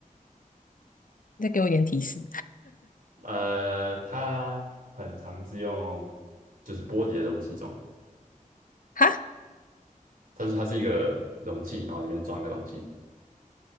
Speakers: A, on the left; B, on the right.
A: 再给我一点提示，
B: 呃，它很常是用就是玻璃的容器装。
A: 哈，
B: 它是它是一个容器，然后里面装一个东西，